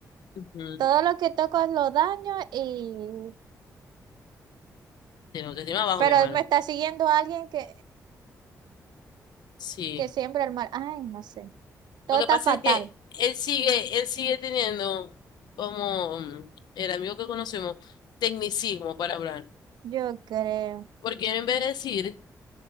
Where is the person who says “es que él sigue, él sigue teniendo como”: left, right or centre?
Left